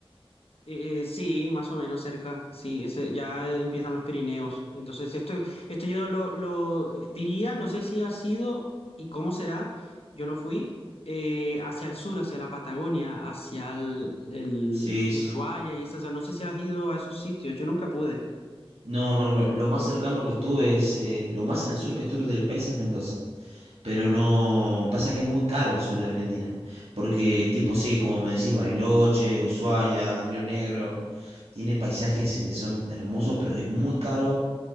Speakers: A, on the left (about 75°); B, on the right (about 85°).
A: Eh, eh, sí, más o menos cerca, sí, ese, ya empiezan los Pirineos. Entonces, esto, esto yo lo, lo, eh, diría, no sé si ha sido y cómo será, yo no fui, eh, hacia el sur, hacia la Patagonia, hacia el, el
B: Sí,
A: Ushuaia
B: sí.
A: y esas, no sé si has ido a esos sitios, yo nunca pude.
B: No, no, no. Lo más cercano que estuve es, eh, lo más al sur que estuve del país es Mendoza. Pero no, pasa que es muy caro el sur de la Argentina. Porque tipo, sí, como me decís, Bariloche, Ushuaia, Río Negro, tiene paisajes eh, que son hermosos, pero es muy caro